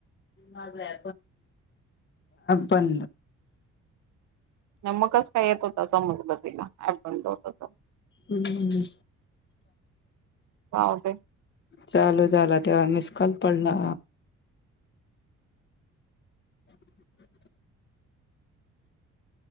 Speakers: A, on the left (about 40°); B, on the right (about 70°).
A: हां पण.
B: मग कस काय येत होता समजलं तिला. ऍप बंद होत तर
A: हम्म.
B: राहूदे
A: चालू झाला तेव्हा मिस कॉल पडला. <inaudible>